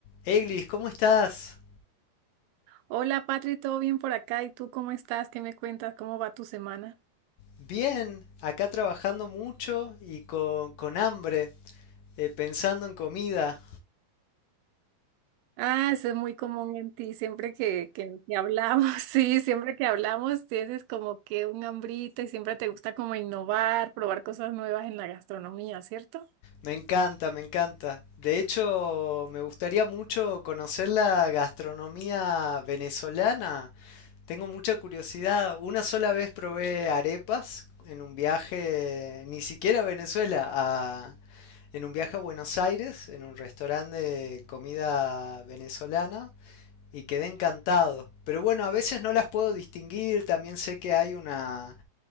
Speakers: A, on the left; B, on the right.
A: Eglis, ¿cómo estás?
B: Hola, Patri, ¿todo bien por acá? ¿Y tú cómo estás? ¿Qué me cuentas? ¿Cómo va tu semana?
A: Bien, acá trabajando mucho y con, con hambre, eh, pensando en comida.
B: Ah, eso es muy común en ti. Siempre que, que, que hablamos, <laughs> sí, siempre que hablamos tienes como que un hambrita y siempre te gusta como innovar, probar cosas nuevas en la gastronomía, ¿cierto?
A: Me encanta, me encanta. De hecho, me gustaría mucho conocer la gastronomía venezolana. Tengo mucha curiosidad. Una sola vez probé arepas en un viaje, ni siquiera a Venezuela, a- en un viaje a Buenos Aires, en un restaurante de comida venezolana. y quedé encantado. Pero bueno, a veces no las puedo distinguir, también sé que hay una